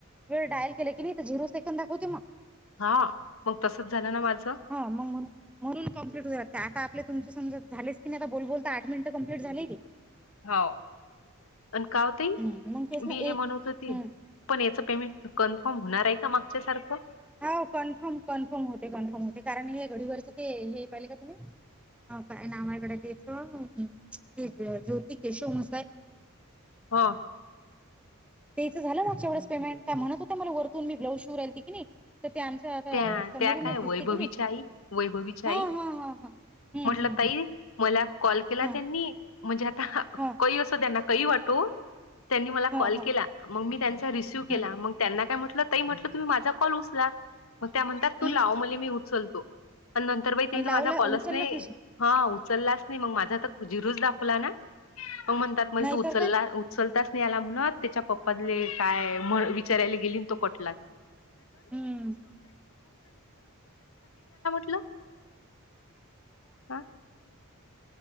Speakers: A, in the centre; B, on the left.
A: वेळ डायल केला की नाही झिरो सेकड दाखवते मग
B: हा मग तसच झालं ना माझं
A: ह मग म्हणून कंप्लीट होते आता तुमच्या समजा झालेच की नाही आ बोल बोलता आठ मिनटं कंप्लीट झाले की
B: हो आणि का हो ताई
A: हम्म मग तेच
B: मी
A: ना
B: हे
A: एक
B: म्हणत होते
A: हम्म
B: पण याच पेमेंट कन्फर्म होणार आहे का मागच्यासारखं
A: हो कन्फर्म कन्फर्म होते कन्फर्म होते कारण हे घडीवरचे ते हे पाहिले का तुम्ही ह काय नावाकडे त्याच ज्योती केशव मसाय.
B: हा.
A: तेचं झा नागेवंच पेमेंट त्या म्हणत होत्या मला वरतून मी ब्लाउज शव राल की नाही. तर ते आमचं आता
B: त्या
A: समोरूनच
B: त्या काय
A: दिसते
B: वैभवीची
A: की नाही
B: आई वैभवीची आई
A: हा हा हा हा. हम्म
B: म्हटलं
A: हम्म
B: ताई
A: हम्म
B: मला कॉल केला
A: हा
B: त्यांनी म्हणजे आता
A: हा
B: कही असं त्यांना.. वाट त्यांनी म
A: हा
B: कॉल
A: हा
B: केला म मी त्यांिसव केला
A: हम्म
B: म त्यांय.. त म्हटलं तुम्ही माझा कॉल उचला मग त्या म्हणतात तू
A: हम्म
B: लाव म्हण मी उचलतो.. आणि नंतर बा त
A: लावला
B: माझा कॉलस
A: उचललाच
B: नाही
A: नशील
B: हा.. उचलला नाही मग माझा तर जिरूच दाखवला ना म म्हणतात म
A: नाहीतर
B: तूचल..
A: काय
B: ताच नाही आला म्हणत त्याच्या पप्पले काय विचारायला गेली तो कटलाच..
A: हम्म
B: <inaudible>
A: <inaudible>
B: हा